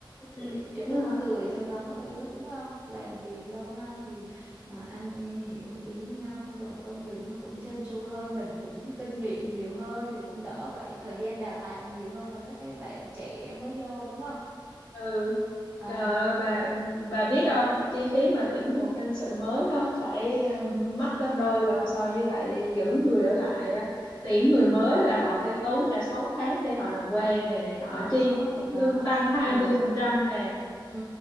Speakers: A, on the left (about 50°); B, on the right (about 20°).
A: ừ
B: Rồi Yếu
A: đúng
B: tố
A: rồi
B: con người trong đó nữa đúng không? Làm việc lâu năm thì à, anh em hiểu ý nhau rồi công việc nó cũng trơn tru hơn mình cũng kinh nghiệm nhiều hơn thì cũng đỡ phải thời gian đào tạo nhiều hơn là các cái bạn trẻ mới vô đúng không?
A: ừ
B: À,
A: Trời ơi, bà
B: ừ.
A: bà biết không, chi phí mà tuyển một nhân sự mới nó phải
B: Ừ.
A: ờ, mắc gấp đôi lần so với lại giữ người ở lại á. Tuyển người
B: Ừ.
A: mới là họ phải tốn cả 6 tháng để họ làm quen này này nọ
B: Đó,
A: chi phí
B: đó,
A: lương tăng 20%
B: ừ
A: nè.
B: Ừ,